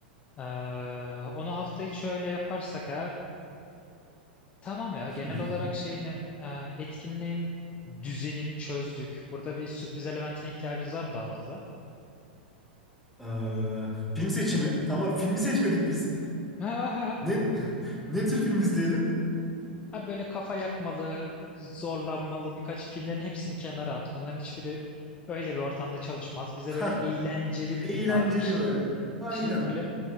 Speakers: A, on the left; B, in the centre.
A: Ee, onu hafta içi öyle yaparsak eğer tamam ya
B: <laughs>
A: genel olarak şeyini e, etkinliğin düzenini çözdük. Burada bir sürpriz elementine ihtiyacınız var mı daha fazla?
B: Ee, film seçimi. Tamam filmi seçmedik biz.
A: <laughs>
B: Ne, <laughs> ne tür film izleyelim?
A: Ha böyle kafa yakmalı, zorlanmalı birkaç filmlerin hepsini kenara at. Bunların hiçbiri öyle bir ortamda çalışmaz. Bize
B: Hah,
A: böyle eğlenceli bir
B: eğlenceli
A: film lazım. Ş-
B: böyle. Aynen.
A: Şey böyle